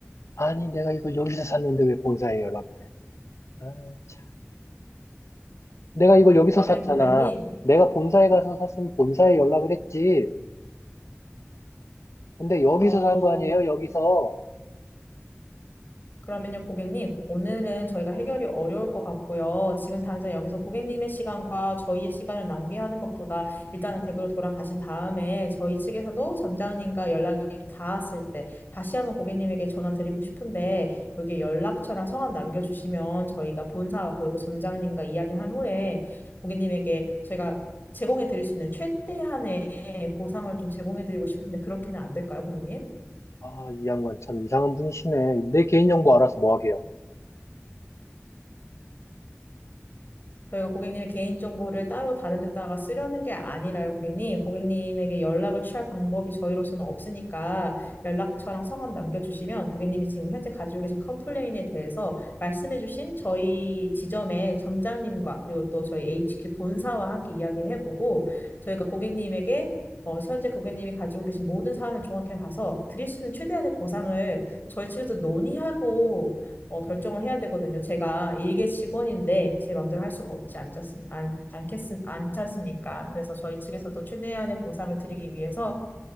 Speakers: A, on the left; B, on the left.
A: 아니, 내가 이걸 여기서 샀는데 왜 본사에 연락을 해요? 아, 참. 내가 이걸 여기서
B: 그러면
A: 샀잖아.
B: 고객님,
A: 내가 본사에 가서 샀으면 본사에 연락을 했지. 근데 여기서
B: 어,
A: 산 거 아니에요? 여기서.
B: 그러면요, 고객님, 오늘은 저희가 해결이 어려울 것 같고요. 지금 당장 여기서 고객님의 시간과 저희의 시간을 낭비하는 것보다 일단은 댁으로 돌아가신 다음에 저희 측에서도 점장님과 연락이 닿았을 때 다시 한번 고객님에게 전화 드리고 싶은데 여기에 연락처랑 성함 남겨주시면 저희가 본사와 그리고 또 점장님과 이야기한 후에 고객님에게 저희가 제공해 드릴 수 있는 최대한의 보상을 좀 제공해 드리고 싶은데 그렇게는 안 될까요, 고객님?
A: 아, 이 양반 참 이상한 분이시네. 내 개인정보 알아서 뭐 하게요?
B: 저희가 고객님의 개인정보를 따로 다른 데다가 쓰려는 게 아니라요, 고객님. 고객님에게 연락을 취할 방법이 저희로서는 없으니까 연락처랑 성함 남겨주시면 고객님이 지금 현재 가지고 계신 컴플레인에 대해서 말씀해주신 저희 지점의 점장님과 그리고 또 저희 HQ 본사와 함께 이야기를 해보고 저희가 고객님에게 어, 현재 고객님이 가지고 계신 모든 사안을 종합해 봐서 드릴 수 있는 최대한의 보상을 저희 측에서 논의하고 어, 결정을 해야 되거든요. 제가 일개 직원인데 제 마음대로 할 수가 없지 않겠습, 안, 않겠, 않지 않습니까? 그래서 저희 측에서도 최대한의 보상을 드리기 위해서